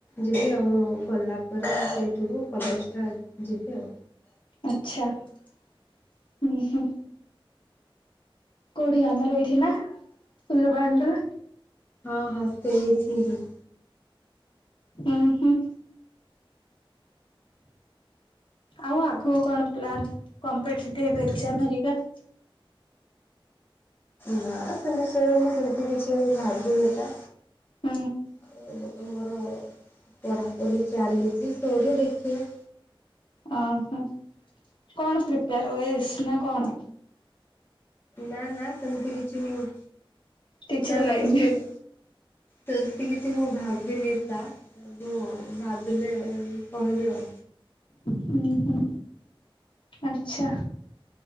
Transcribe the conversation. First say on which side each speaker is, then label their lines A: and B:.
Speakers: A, on the left; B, on the left.
A: ଯିବି ଆଉ ମୁଁ ଗଲା ପରେ ସେଇଠିକୁ କଲେଜଟା ଯିବି ଆଉ।
B: ଆଛା ହୁଁ ହୁଁ। କୋଉଠି ଆମର ଏଇଠି ନା ଫୁଲବାଣୀରେ
A: ହଁ ହଁ ସେଇଠୀ ହଁ।
B: ଉହୁଁ। ଆଉ ଆଗକୁ କଣ ପ୍ଲାନ କମ୍ପିଟେଟିଭ୍ ଏଗଜାମ୍ ହେରିକା?
A: ନା ସେ ବିଷୟରେ ମୁଁ ସେମତି କିଛି ଭାବିନି ତା।
B: ହୁଁ।
A: ଆଉ ଏବେ ତ ମୋର ପଢାପଢି ଚାଲିଛି ସରୁ ଦେଖିବା।
B: ଅ ହ କଣ ପ୍ରିପେୟାର ହୁଏ ଏସ୍ ନା କଣ?
A: ନା ନା ସେମିତି କିଛି ନୁହଁ।
B: ଟିଚର
A: ନା ନା
B: ଲାଇନ୍
A: ମୁଁ
B: ହୁଁ
A: ସେମ ସେମିତି କିଛି ମୁଁ ଭାବିନି ତା ମୁ ଭାବିଲେ କହିବି ଆଉ।
B: ହୁଁ ହୁଁ ଆଛା।